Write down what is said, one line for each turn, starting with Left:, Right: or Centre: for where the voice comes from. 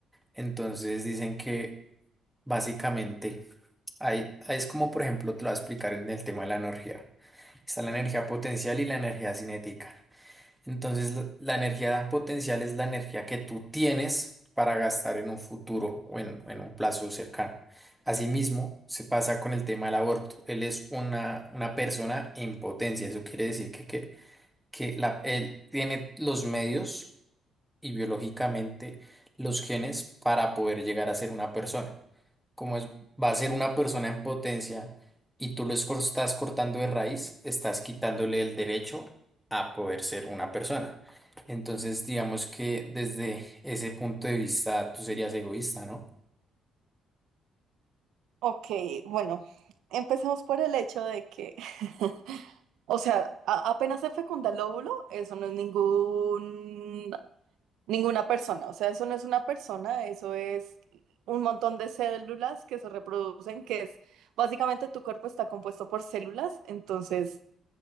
Centre: Entonces dicen que básicamente hay, es como, por ejemplo, te lo voy a explicar en el tema de la energía. Está la energía potencial y la energía cinética. Entonces, lo- la energía potencial es la energía que tú tienes para gastar en un futuro o en, en un plazo cercano. Asimismo, se pasa con el tema del aborto. Él es una, una persona en potencia. Eso quiere decir que, que, que la, él tiene los medios y biológicamente los genes para poder llegar a ser una persona. Como es, va a ser una persona en potencia y tú lo escor- estás cortando de raíz, estás quitándole el derecho a poder ser una persona. Entonces, digamos que desde ese punto de vista tú serías egoísta, ¿no?
Right: Ok, bueno, empecemos por el hecho de que <laughs> O sea, a- apenas se fecunda el óvulo, eso no es ningún Ninguna persona, o sea, eso no es una persona, eso es un montón de células que se reproducen, que es básicamente tu cuerpo está compuesto por células, entonces